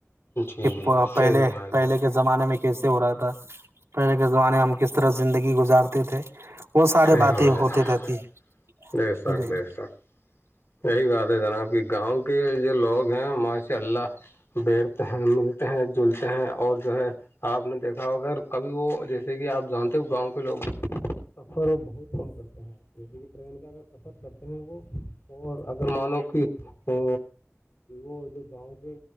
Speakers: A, on the left (about 60°); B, on the right (about 75°).
A: جی
B: کہ
A: جی
B: پہلے
A: صحیح فرمایا
B: پہلے
A: جناب
B: کے زمانے میں کیسے ہو رہا تھا پہلے کے زمانے ہم کس طرح زندگی گزارتے تھے وہ سارے
A: صحیح
B: باتیں
A: فرمایا
B: ہوتی
A: جناب،
B: رہتی ہیں
A: بے شک
B: جی
A: بے شک یہی بات ہے جناب کی گاؤں کے جو لوگ ہیں ماشاء اللہ بیٹھتے ہیں ملتے ہیں جلتے ہیں اور جو ہے آپ نے دیکھا اگر کبھی وہ جیسے کہ آپ جانتے ہو گاؤں کے لوگ سفر بہت فون کرتے ہیں جیسے کہ ٹرین کا اگر سفر کرتے ہیں وہ اور اگر مانو کہ ا وہ جو گاؤں کے